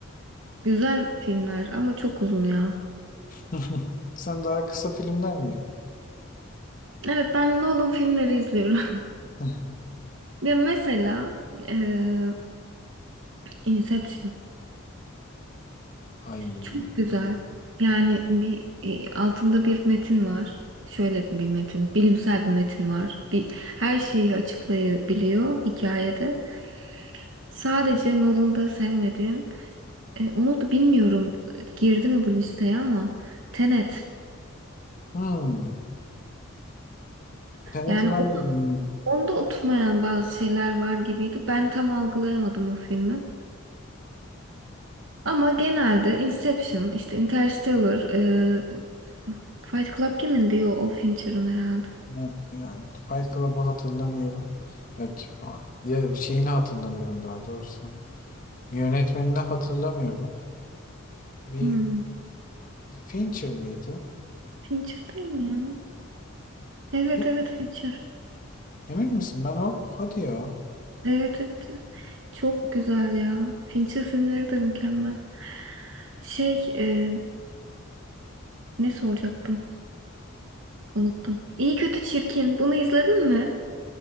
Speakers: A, on the right; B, on the left.
A: Güzel filmler ama çok uzun ya.
B: <laughs> Sen daha kısa filmler mi?
A: Evet ben Nolan filmleri izliyorum. <laughs>
B: <laughs>
A: Ya mesela eee, Inception.
B: Ay.
A: Çok güzel.
B: bakalım.
A: Yani bir e, altında bir metin var. Şöyle bir metin, bilimsel bir metin var. Bir, her şeyi açıklayabiliyor hikayede. Sadece Nolan'da sevmediğim, e, onu da bilmiyorum e, girdi mi bu listeye ama Tenet.
B: Hmm. Tenet'i
A: Yani
B: ben
A: o-
B: de bilmiyorum.
A: onda oturmayan bazı şeyler var gibiydi. Ben tam algılayamadım o filmi. Ama genelde Inception, işte Interstellar, e, Fight Club kimin diyor o Fincher'ın herhalde.
B: Ben- Yani Fight Club'ı hatırlamıyorum. Ya, ki- ya şeyini hatırlamıyorum daha doğrusu. Yönetmenini hatırlamıyorum. Bir
A: Hmm.
B: Fincher miydi?
A: Fincher değil mi ya? Evet
B: Bir,
A: evet Fincher.
B: emin misin? Ben o hadi ya.
A: Evet evet. evet. Çok güzel ya. Fincher filmleri de mükemmel. Şey e, ne soracaktım? Unuttum. İyi kötü çirkin. Bunu izledin mi?